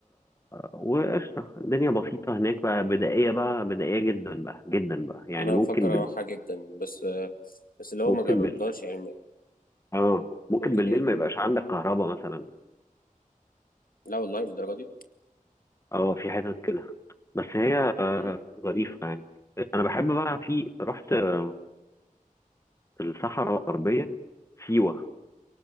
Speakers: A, on the left; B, on the left.
A: وقشطة الدنيا بسيطة هناك بقى بدائية بقى بدائية جدا بقى جدا بقى يعني
B: انا
A: ممكن
B: بفكر اروحها جدا بس بس اللي هو
A: ممكن
B: ما جربتهاش
A: بال
B: يعني
A: اه ممكن
B: ممكن
A: بالليل
B: ايه
A: ما يبقاش عندك كهرباء مثلا
B: لا والله للدرجه دي
A: اه في حتت كده بس هي آه
B: امم
A: ظريفة يعني انا بحب بقى في رحت آه، الصحراء الغربية سيوة